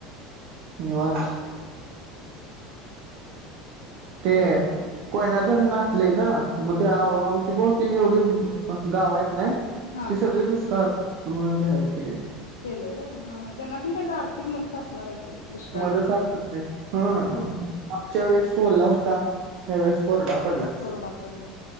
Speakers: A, on the right (about 55°); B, on the left (about 80°).
A: निवान ते कोयना तरर नाटले ना मग ते आ आवती बती जेवढी गाव आहेत नाही
B: हा
A: ती सगळी दुष्काळ म्हणून जाहीर केले
B: केलं र ह त्यांना पण का आर्थिक मदत असणार आहे की दुष्काळग्रस्त
A: मत
B: म्हणून
A: हा
B: होय
A: आच्या वेळेसला होता त्या वेळेस कोरडा पडलाय
B: कोरडा पडला